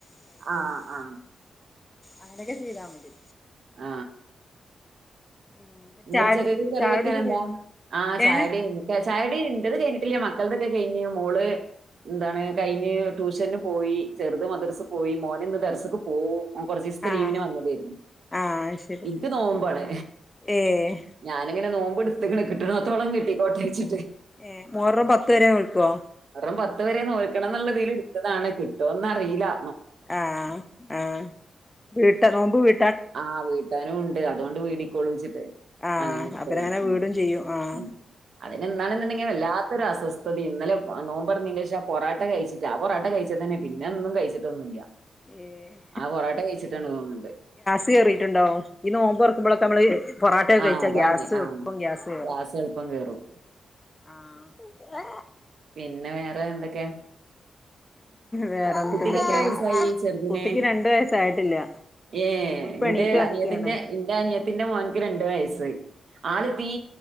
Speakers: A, on the right; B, on the left.
A: ആ ആ
B: അങ്ങനെക്കെ ചെയ്താ മതി
A: ആ
B: ഉം
A: ഇന്ന്
B: ചായ
A: ഉച്ചക്കെക്ക് കറി
B: ചായുടിയൊക്കെ
A: വെക്കാനെന്താ
B: കഴിഞ്ഞോ
A: ആ ചായുട്യയ്ഞ്ഞ്
B: ഏഹ്
A: എ ചായുട്യയ്ഞ്ഞ് ഇൻ്റത് കെയ്ഞ്ഞിട്ടില്ല മക്കൾതൊക്കെ കെയ്ഞ്ഞ് മോള് ന്താണ് കയ്ഞ്ഞ് ട്യൂഷന്ന് പോയി ചെറ്ത് മദ്രസ് പോയി മോന് ഇന്ന് ദർസ്ക്ക് പോവും ഓർ കൊർച്ചീസ്ത്തെ
B: ആഹ്
A: ലീവിന് വന്നതേയ്ര്ന്നു
B: ആഹ് ശരി
A: ൻക്ക് നോമ്പാണ്
B: ഏഹ്
A: ഞാനിങ്ങനെ നോമ്പ്ട്ത് ത്ത്ക്ക്ണ് കിട്ട്ണോട്ത്തോളം കിട്ടികോട്ടെച്ച്ട്ട്
B: ഏഹ് മുഹറം പത്ത് വരെ നോൽക്കോ
A: ഹറം പത് ത്ത്‌വരെ നോൽക്കണം ന്ന്ള്ളതീല് ട്ത്തതാണ് കിട്ടുവോന്ന് അറിയില്ലാ
B: ആഹ് ആഹ് വീട്ട് നോമ്പ് വീ
A: ആഹ് വീട്ടാനും ഉണ്ട് അതൊണ്ട് വീടിക്കോളും വച്ച്
B: ആഹ്
A: അങ്ങനെയെടുത്തായാണ്
B: അപ്പരങ്ങനെ വീടും
A: മ്
B: ചെയ്യും ആഹ്
A: മ് അതിന് ഇന്നാണുന്നുണ്ടെങ്കി വല്ലാത്തൊരു അസ്വസ്ഥ ഇന്നലെ നോമ്പ് തുറന്നേന് ശേഷം പൊറോട്ട കഴിച്ചിട്ടാ പൊറോട്ട കഴിച്ചതന്നെ പിന്നെ ഒന്നും കഴിച്ചിട്ടൊന്നുമില്ല
B: ഏഹ്
A: ആ പൊറോട്ട കഴിച്ചിട്ടാണ് തോന്നുന്നുണ്ട്
B: കേറിട്ടുണ്ടാ ഈ നോമ്പ്തുറക്കുമ്പോഴൊക്കെ നമ്മള് പൊറാട്ടക്കെ കഴിച്ചാ
A: ആഹ് അതാണ്
B: ഗ്യാസ് എളുപ്പം
A: ആഹ്.
B: ഗ്യാസ് കേറും
A: എളുപ്പം കേറും.
B: ആഹാ
A: പിന്നെ വേറെ എന്തൊക്കെയാ
B: വേറെ എന്നിട്ട്
A: കുട്ടിക്ക്
B: എന്തൊക്കെയാണ്
A: എത്ര വയസ്സായി ചെറുതിനെ
B: കുട്ടിക്ക് രണ്ട് വയസ്സായിട്ടില്ല
A: ഏ
B: ഓളിപ്പോ
A: എന്റെ
B: എണീറ്റ് വന്നിക്കാണ്
A: അനിയത്തിന്റെ എന്റെ അനിയത്തിന്റെ മോൻക്ക് രണ്ട് വയസ്സ് ആള് തീ